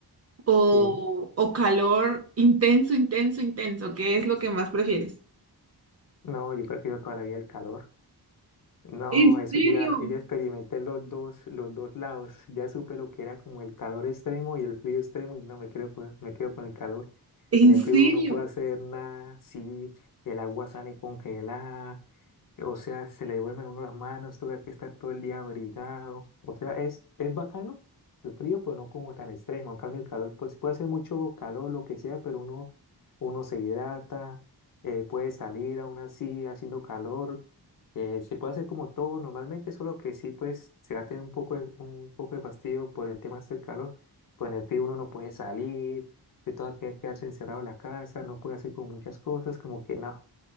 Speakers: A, on the right; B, on the left.
A: o,
B: sí,
A: o calor intenso, intenso, intenso? ¿Qué es lo que más prefieres?
B: no, yo prefiero toda la vida el calor, no,
A: ¿En
B: eso
A: serio?
B: yo ya, yo ya experimenté los dos, los dos lados, ya supe lo que era como el calor extremo y el frío extremo y no, me quedo con, me quedo con el calor,
A: ¿En
B: en el
A: serio?
B: frío uno no puede hacer nada, sí, el agua sale congelada, O sea, se le duermen uno las manos, toca que estar todo el día abrigado. O sea, es, es bacano el frío, pero no como tan extremo. En cambio, el calor, pues puede hacer mucho calor, lo que sea, pero uno, uno se hidrata, eh, puede salir aún así haciendo calor. eh, se puede hacer como todo normalmente, solo que sí, pues se va a tener un poco de, un poco de fastidio por el tema del calor. Pues en el frío uno no puede salir, se toca que quedarse encerrado en la casa, no puede hacer como muchas cosas, como que no,